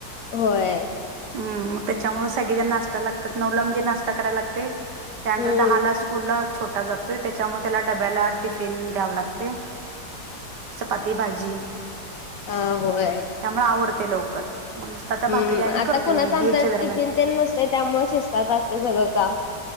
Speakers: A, on the left; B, on the right.
A: होय
B: हम् मग त्याच्यामुळे सगळेजण नाश्ता लागतात नऊला म्हणजे नाश्ता करायला लागते् त्यानंतर
A: हम्म
B: दहा ला स्कूल ला छोटा जातोय त्याच्यामुळे त्याला डब्याला टिफिन द्यावं लागते चपाती भाजी
A: अ होय
B: त्यामुळे आवडते लवकर म नुसत
A: हम्म
B: भाकरी आम्ही करतोय
A: आता कुणाच
B: दीडच्या
A: आमच
B: दरम्यान
A: टिफिन ते नसते त्यामुळे शिसतात असते सगळं काम